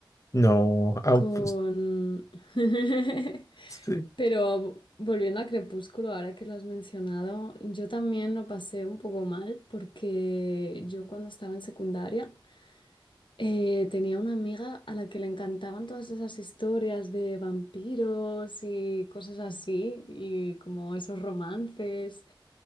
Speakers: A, on the left; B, on the left.
A: No, ah,
B: Con...
A: pues,
B: <laughs>
A: sí.
B: Pero volviendo a Crepúsculo, ahora que lo has mencionado, yo también lo pasé un poco mal porque yo cuando estaba en secundaria eh, tenía una amiga a la que le encantaban todas esas historias de vampiros y cosas así, y como esos romances.